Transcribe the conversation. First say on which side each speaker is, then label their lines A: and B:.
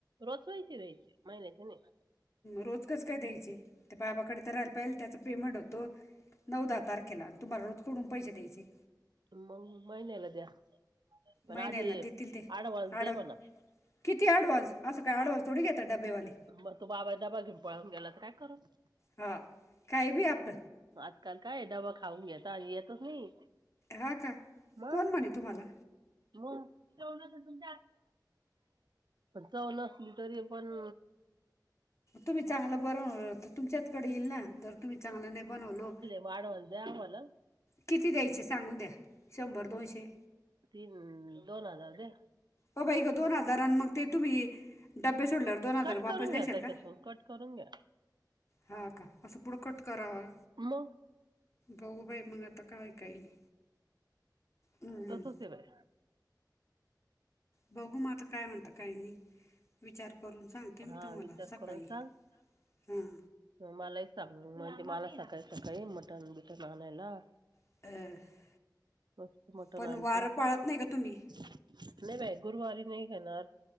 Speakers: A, on the right; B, on the left.
A: रोज पैसै द्यायचे, माहिन्याचे नाही.
B: रोज कसं काय द्यायचे, ते बाबाकडे तर राहायला पाहिल त्याचा पेमेंट होतो नऊ दहा तारखेला आणि तुम्हाला रोज कोठून पैसे द्यायचे.
A: म महिन्याला द्या पण,
B: महिन्याला
A: आधी अऍडव्हान्स
B: देतील ते आडव
A: दे म्हणाव.
B: किती अडवान्स असं काय, ॲडवान्स थोडी घेतात डब्बेवाले?
A: मग तो बाबा घेवून पळून गेला तर, काय करलं?
B: हा काही बी आप
A: आजकाल काय डबा खाऊन घेतात येतचं नाही.
B: हा का,
A: मग
B: कोण म्हणे तुम्हाला?
A: मग. चवमण चवण असली तरी पण....
B: तुम्ही चांगलं बनव तर तुमच्याचकडे येईल ना जर तुम्ही चांगलं नाही बनवल...
A: वाढवण द आम्हाला....
B: किती द्यायचे सांगून द्या शंभर दोनशे....
A: तीन दोन हजार दे.....
B: हो बाई गं दोन हजारां मग ते तुम्ही डबे सोडल्यावर.... दोन हजार
A: कट करून
B: वापस द्याशाल
A: घ्या त्याच्यातून
B: का
A: कट करून घ्या.....
B: हा का असं पुढं कट करावा....
A: मग
B: गऊ बाई मंगाता कावाई काही नाही. हम्म.
A: तसंच आहे बाई....
B: बघू म आता काय म्हणत काहीनी विचार करून सांग..... ते मी
A: हा
B: तुम्हाला
A: विचार
B: सकाळी
A: करून सांग
B: हां....
A: मलाही सांग म्हणजे मला सकाायं काळी मटन बिटन आणायला....
B: <inaudible>
A: मस्त मटन
B: पण
A: आणते.
B: वारं पाळत नाही का तुम्ही
A: नाही बाई गुरुवारी नाही खाणार....